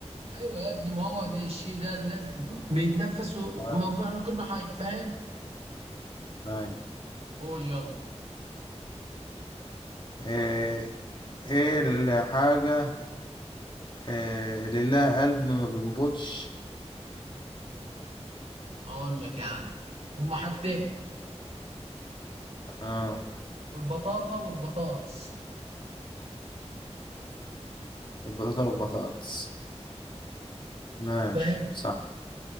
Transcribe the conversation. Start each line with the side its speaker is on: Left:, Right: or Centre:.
Right: ايوه يا ابني ما هو ده الشيء ده لازم بيتنفس وما
Left: أيوة.
Right: كان- كنا كنا حي فاهم
Left: أيوة.
Right: قول يلا
Left: ايه إيه الحاجة إيه اللي لها قلب ما بينبضش
Right: اقول لك يا عم هما حاجتين
Left: اه
Right: البطاطا والبطاطس
Left: البطاطا والبطاطس ماشي
Right: فاهم
Left: صح